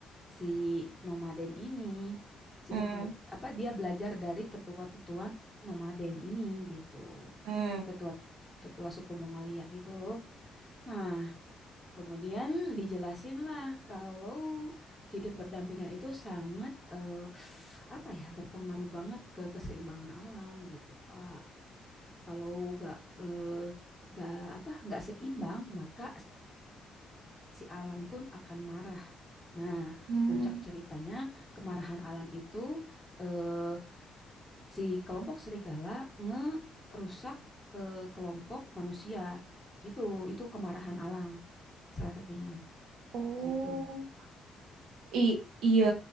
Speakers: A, in the centre; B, on the right (about 85°).
A: si nomaden ini, si
B: Hmm,
A: tetu apa dia belajar dari tetua-tetua nomaden ini gitu.
B: hmm,
A: Tetua tetua suku Mongolia gitu. Nah, kemudian dijelasinlah kalau hidup berdampingan itu sangat eh, apa ya berpengaruh banget ke keseimbangan alam gitu, Kak. Kalau nggak eh, nggak apa nggak seimbang maka si alam pun akan marah. Nah,
B: hmm.
A: puncak ceritanya kemarahan alam itu eh, si kelompok serigala ngerusak ke kelompok manusia gitu. Itu kemarahan alam salah satunya
B: Oh.
A: gitu.
B: I- iya,